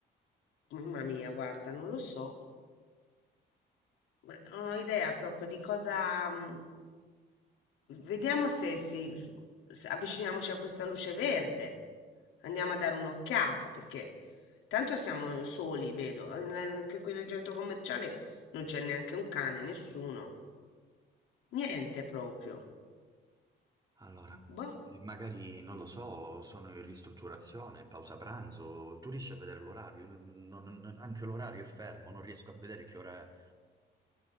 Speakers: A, on the left; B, on the right.
A: mamma mia, guarda, non lo so. Beh, Non ho idea proprio di cosa. mm, Vediamo se, si, se avviciniamoci a questa luce verde. Andiamo a dare un'occhiata perché tanto siamo soli, vedo. eh, n- Anche qui nel centro commerciale non c'è neanche un cane, nessuno. Niente proprio.
B: Allora,
A: Boh,
B: magari non lo so, sono in ristrutturazione, pausa pranzo, tu riesci a vedere l'orario? Non- non- anche l'orario è fermo, non riesco a vedere che ora è.